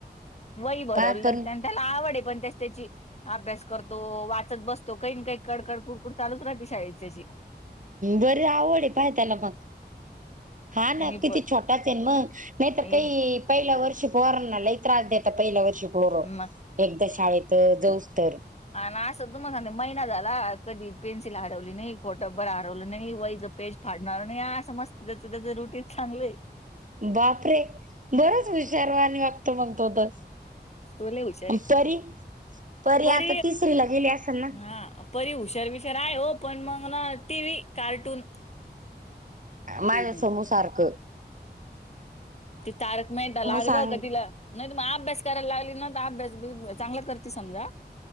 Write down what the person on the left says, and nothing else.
वय भरवलं
लागते
आणि त्याला आवड आहे पण त्यास त्याची अभ्यास करतो वाचत बसतो काही ना काही कडकड कुडकुड चालूच राहते शाळेच्याशी
त्यांनी
पण
ए,
म
हा ना असं तू मला सांगते महिना झाला कधी पेन्सिल हरवली नाही खोटं बरं हरवलं नाही वैच पेज फाडणार आणि असं मस्त त्याच त्याच रुटीन चांगलं आहे
त लवचारी
पर
हा परी हुशार बिशार आहे हो पण मग ना टी व्ही कार्टून
ते
त तारक माहता लागलं
का तिला नाही त मग अभ्यास करायला लागली ना तर अभ्यास चांगला करते समजा